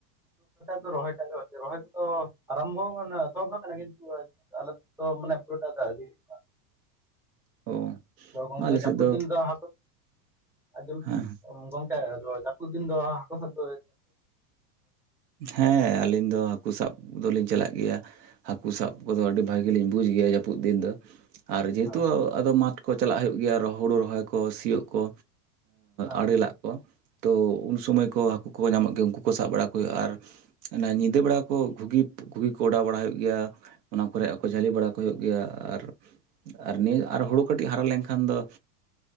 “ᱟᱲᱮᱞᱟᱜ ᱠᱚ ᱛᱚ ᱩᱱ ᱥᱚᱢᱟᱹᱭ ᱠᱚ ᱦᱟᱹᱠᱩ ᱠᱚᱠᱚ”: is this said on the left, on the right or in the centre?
Right